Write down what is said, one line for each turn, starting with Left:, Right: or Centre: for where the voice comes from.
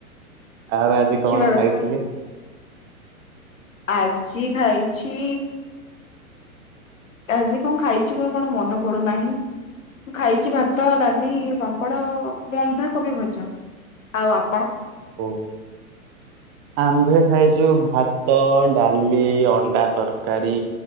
Right: ଆଉ ଆଜି
Left: ଦେଖିବା
Right: କଣ
Left: କଥା
Right: ଖାଇଥିଲି?
Left: ଆଜି ଖାାଇଛି। ଆଜି କଣ ଖାଇଛି ମୋର କଣ ମନେ ପଡୁନାହିଁ ମୁଁ ଖାଇଛି ଭାତ। ତ ଲଡାଲି ବାଙ୍କଡ ବନ୍ଧାକୋବି ଭଜ ଆଉ ଆପଣ।
Right: ଓ ଆମ୍ଭେ ଖାଇଛୁ ଭାତ ଡାଲି ଅଣ୍ଡା ତରକାରୀ